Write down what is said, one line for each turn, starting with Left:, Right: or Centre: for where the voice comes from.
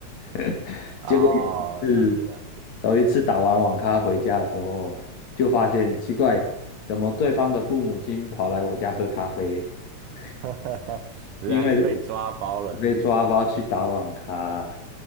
Left: <laughs>
Right: 哦，
Left: 结果有一次，
Right: 了解了解，
Left: 有一次打完网咖回家的时候，就发现奇怪，怎么对方的父母亲跑来我家喝咖啡？<laughs>
Right: <laughs> 原来是被抓包了。
Left: 因为被抓包去打网咖。